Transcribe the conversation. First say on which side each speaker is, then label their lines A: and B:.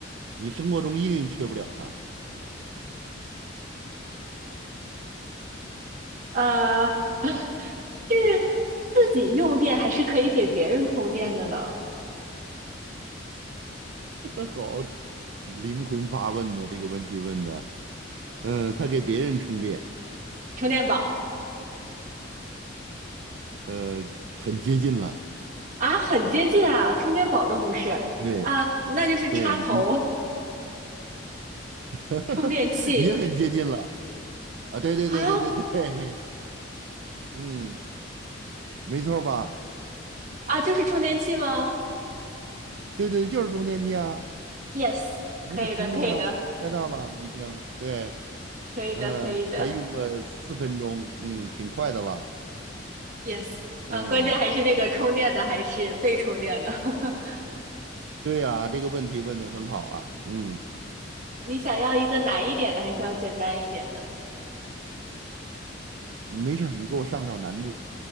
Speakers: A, on the right; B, on the right.
A: 你生活中一定缺不了它。
B: 啊。<laughs> 是自己用电还是可以给别人充电的呢？
A: <laughs> 好，灵魂发问的这个问题问的，嗯、他给别人充电，
B: 充电宝
A: 呃，很接近了。
B: 啊，很接近啊，充电宝都不是
A: 对，
B: 啊，那就是插头、
A: 对你 <laughs>
B: <laughs> 充电器
A: 也很接近了。啊，对对对对对对，
B: 啊
A: 嗯，没错儿吧？
B: 啊，就是充电器吗
A: 对对，就是充电器啊！
B: ？Yes，
A: 你很聪明啊，
B: 可以的，可以的，
A: 猜到了已经。对，
B: 可以的，
A: 嗯、
B: 可以的。
A: 才用了四分钟，嗯，挺快的了。
B: Yes，
A: 嗯、
B: 嗯，关键还是那个充电的还是被充电的。<laughs>
A: 对呀、这个问题问的很好啊。嗯，
B: 你想要一个难一点的，还是要简单一点的？
A: 没事儿，你给我上上难度，